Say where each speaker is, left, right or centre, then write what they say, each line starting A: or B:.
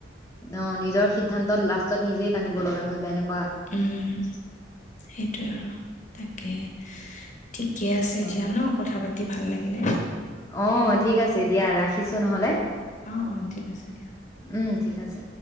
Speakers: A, on the left; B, on the left.
A: ন নিজৰ সিদ্ধান্তত লাষ্টত নিজেই কান্দিব লগা যায় এনেও
B: উম সেইটোয়ে আৰু তাকে ঠিকে আছে
A: হয়,
B: এতিয়া ন কথা পাতি ভাল লাগিলে
A: অ' ঠিক আছে দিয়া ৰাখিছো নহ'লে।
B: অ অ ঠিক আছে দিয়া
A: উম ঠিক আছে।